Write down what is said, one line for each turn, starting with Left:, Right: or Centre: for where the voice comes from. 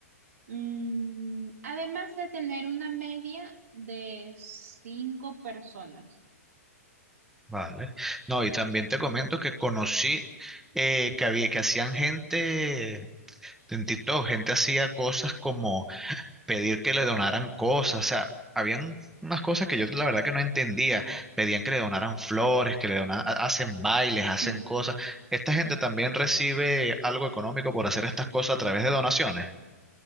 Right: Mm, además de tener una media de cinco personas.
Centre: Vale. No, y también te comento que conocí eh, que había, que hacían gente en TikTok, gente hacía cosas como pedir que le donaran cosas, o sea, habían unas cosas que yo la verdad que no entendía, pedían que le donaran flores, que le donaran, hacen bailes,
Right: Ujú,
Centre: hacen cosas. Esta gente también recibe algo económico por hacer estas cosas a través de donaciones.